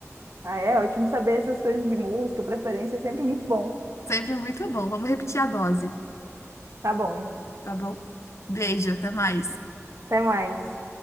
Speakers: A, on the right; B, on the left.
A: Ah, é ótimo saber essas coisas de música, preferência é sempre muito bom.
B: Sempre muito bom. Vamos repetir a dose,
A: Tá bom.
B: tá bom? Beijo, até mais.
A: Até mais.